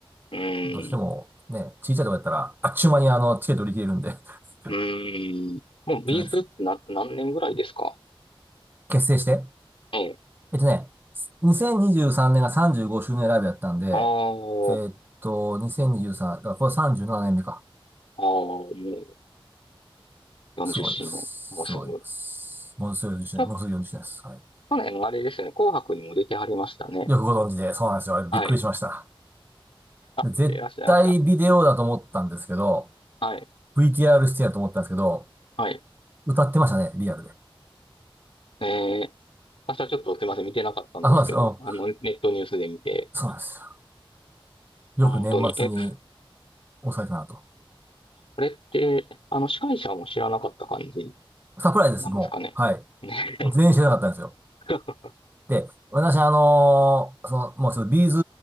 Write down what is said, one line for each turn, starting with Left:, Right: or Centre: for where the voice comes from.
Left: うーん、
Right: どうしてもね、小さいとこやったら、あっちゅう間にあの、チケット売り切れるんで、<laughs>
Left: うーん。もう、ビーズってな、
Right: ちょっと
Left: 何年ぐらいですか
Right: 結成して、
Left: ええ。
Right: えっとね、2023年が35周年ライブやったんで、
Left: ああ、
Right: えーっと、2023、だからこれ37年目か。
Left: ああ、もう40周年。
Right: すごいです。
Left: もうすぐ。
Right: すごいです。もうす40周年、
Left: ちょ、
Right: もうすぐ40年です。は
Left: 去年、あれですよね。紅白にも出てはりましたね。
Right: い。よくご存知で、そうなんですよ。あれびっくりしました。
Left: はい。あ、
Right: 絶対ビデオだと思ったんですけど、
Left: 見ていらっしゃいました。はい。
Right: VTR 出演だと思ったんですけど、
Left: はい。
Right: 歌ってましたね、リアルで。
Left: えー私はちょっとすいません、見てなかったんですけど、
Right: あ、そうなんですよ。
Left: あの、
Right: うん
Left: ネットニュースで見て、
Right: そうなんですよ。
Left: 本当に、
Right: よく年末に
Left: え、こ
Right: 抑えたなと。
Left: れって、あの、司会者も知らなかった感じ
Right: サプライズです、
Left: なんですかね。
Right: もう。はい。
Left: ね。
Right: 全員知らなかったんですよ。
Left: <laughs>
Right: で、私、あのーその、もうちょっとビーズ、